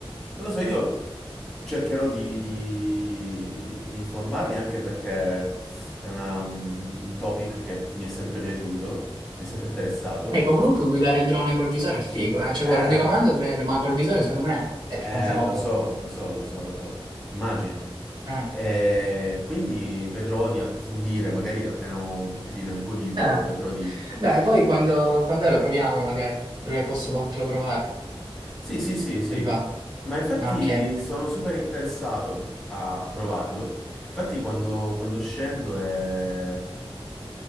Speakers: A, in the centre; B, on the right (about 45°).
A: non lo so, io cercherò di, di- di informarmi anche perché è una- un, un topic che mi è sempre piaciuto, mi è sempre interessato.
B: E comunque guidare il drone col visore è figo, eh, cioè
A: Eh,
B: col radiocomando è bello, ma col visore secondo me è
A: eh,
B: tanta roba.
A: lo so, lo so, lo so, lo so, immagino.
B: Eh.
A: Eh, quindi vedrò di approfondire, magari appena ho un po' più di tempo libero,
B: Eh.
A: vedrò
B: Dai, poi quando, quando è lo proviamo magari. Prima posso fartelo provare.
A: Sì, sì, sì, sì,
B: Se Ti va?
A: ma infatti
B: Ok.
A: sono super interessato a provarlo. Infatti quando, quando scendo e